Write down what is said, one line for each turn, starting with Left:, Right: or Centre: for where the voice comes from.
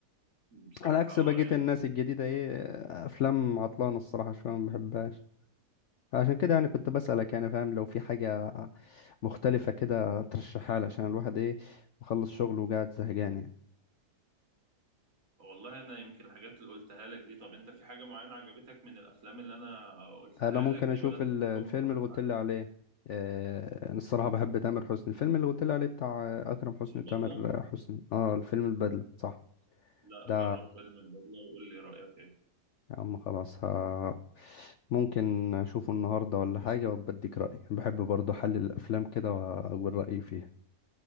Right: بصراحة
Left: على عكس
Right: اه
Left: بقية
Right: يعني
Left: الناس الجديدة إيه آه، أفلام عطلانة الصراحة شوية ما بحبهاش فعشان كده يعني كنت بسألك يعني فاهم لو في حاجة مختلفة كده ترشحها لي عشان الواحد ايه مخلص شغله وقاعد زهقان يعني
Right: والله انا يمكن الحاجات اللي قلتها لك دي طب انت في حاجه معينه عجبتك من الافلام اللي انا قلتها
Left: انا ممكن
Right: لك
Left: اشوف
Right: دي ولا انت
Left: ال-
Right: كلهم
Left: الفيلم
Right: اتفرجت
Left: اللي قلت
Right: عليهم
Left: لي عليه آه، انا الصراحة بحب تامر حسني الفيلم اللي قلت لي عليه بتاع آه، اكرم حسني
Right: البدله
Left: وتامر آه، حسني اه الفيلم البدلة صح
Right: لا
Left: ده
Right: جرب فيلم البدله وقول لي رايك ايه
Left: يا عم خلاص ها ممكن اشوفه النهاردة ولا حاجة وبديك رأيي بحب برضه احلل الافلام كده واقول رأيي فيها